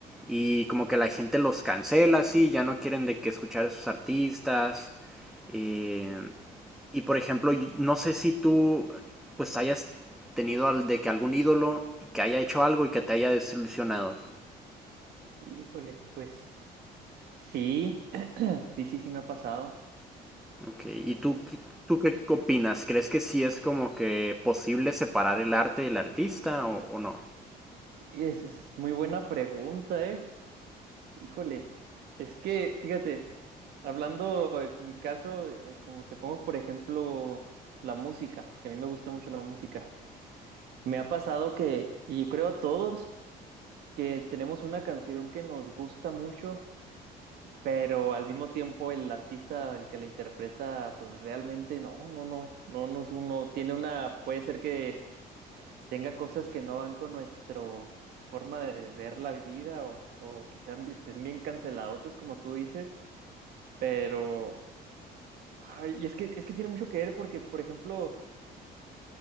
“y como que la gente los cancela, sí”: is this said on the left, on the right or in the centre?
Centre